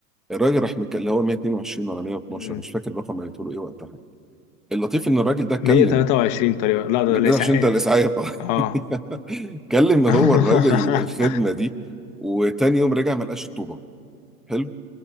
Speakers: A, in the centre; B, on the left.
A: الراجل راح مكلم اللي هو 122 ولا 112
B: أمم.
A: مش فاكر الرقم اللي قلت له ايه وقتها اللطيف ان الراجل ده كلم
B: 123 طريقة لا
A: لا،
B: ده ده اسعاف
A: إيه عشان ده الاسعاف
B: اه
A: <laughs> كلم هو
B: <laughs>
A: الراجل الخدمه دي وتاني يوم رجع ما لقاش الطوبه حلو